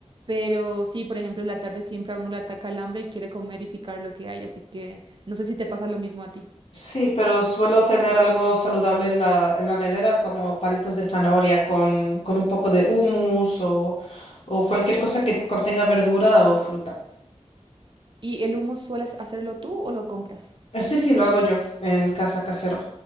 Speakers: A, on the right (about 45°); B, on the left (about 60°).
A: pero sí, por ejemplo, en la tarde siempre a uno le ataca el hambre y quiere comer y picar lo que hay, así que no sé si te pasa lo mismo a ti.
B: Sí, pero suelo tener algo saludable en la, en la nevera, como palitos de zanahoria con, con un poco de hummus o, o cualquier cosa que contenga verdura o fruta.
A: ¿Y el hummus sueles hacerlo tú o lo compras?
B: Eh, Sí, sí, lo hago yo en casa casera.